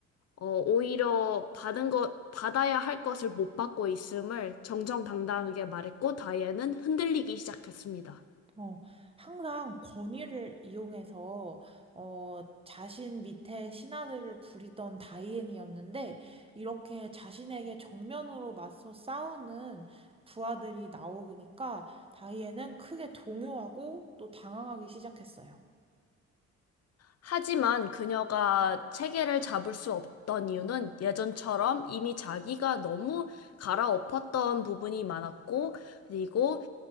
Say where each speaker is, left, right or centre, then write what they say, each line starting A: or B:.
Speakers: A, on the left (about 55°); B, on the right (about 20°).
A: 어, 오히려 받은 것, 받아야 할 것을 못 받고 있음을 정정당당하게 말했고, 다이앤은 흔들리기 시작했습니다.
B: 어, 항상 권위를 이용해서, 어, 자신 밑에 신하들을 부리던 다이앤이었는데, 이렇게 자신에게 정면으로 맞서 싸우는 부하들이 나오니까, 다이앤은 크게 동요하고 또 당황하기 시작했어요.
A: 하지만 그녀가 체계를 잡을 수 없던 이유는 예전처럼 이미 자기가 너무 갈아엎었던 부분이 많았고, 그리고